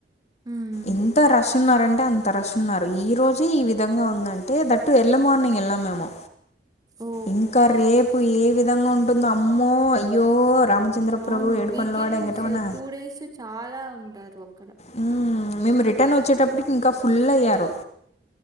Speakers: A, on the right; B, on the left.
A: మ్మ్
B: ఎంత రష్ ఉన్నారంటే అంత రష్ ఉన్నారు ఈ రోజే ఈ విధంగా ఉందంటే దట్టూ ఎర్లీ మార్నింగ్ ఏళ్ళ మేము
A: ఓ
B: ఇంకా రేపు ఏ విధంగా ఉంటుందో అమ్మో అయ్యో రామచంద్ర
A: అవును
B: ప్రభు ఏడుకొండలవాడ
A: వీకెండ్స్
B: వెంకటరమణ
A: టూ డేస్ చాలా ఉంటారు ఒక్కటి
B: మ్మ్ మేము రిటర్న్ ఓచ్చేటప్పటికి ఇంకా ఫుల్ అయ్యారు